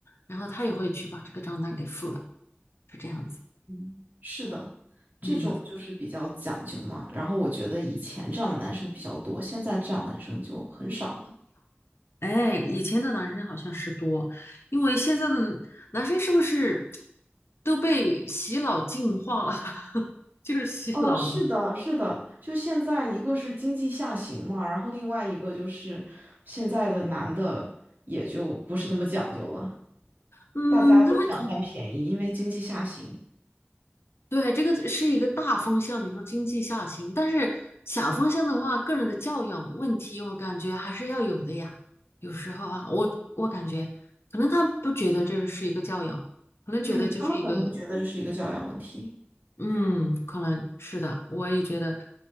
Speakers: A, on the left; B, on the right.
A: 然后他也会去把这个账单给付了，是这样子。
B: 嗯，是的，
A: 嗯，
B: 这种就是比较讲究嘛。然后我觉得以前这样的男生比较多，现在这样男生就很少了。
A: 哎，以前的男生好像是多，因为现在的男生是不是都被洗脑净化了，<laughs> 就是洗脑了。
B: 嗯，是的，是的，就现在一个是经济下行嘛，然后另外一个就是现在的男的也就不是那么讲究了，
A: 嗯，
B: 大家都想占便宜，
A: 他们
B: 因为经济下行。
A: 对，这个是一个大方向，你说经济下行，但是小方向的话，个人的教养问题，我感觉还是要有的呀。有时候啊，我我感觉可能他不觉得这是一个教养，可能觉得就是一个，
B: 嗯，他们可能不觉得这是一个教养问题。
A: 嗯，可能是的。我也觉得，